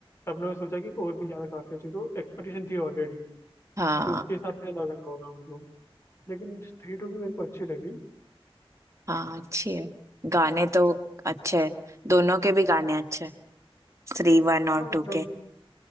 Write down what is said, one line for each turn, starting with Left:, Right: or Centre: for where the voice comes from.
Left: सबने सोचा कि और भी ज्यादा काफी अच्छी तो एक्सपेक्टेशन थी ऑलरेडी
Right: हाँ
Left: तो उसके हिसाब से लग रहा होगा हमको लेकिन स्त्री टू भी मेरे को अच्छी लगी
Right: हाँ अच्छी है गाने तो अच्छे हैं दोनों के भी गाने अच्छे हैं थ्री वन और
Left: हाँ मतलब
Right: टू के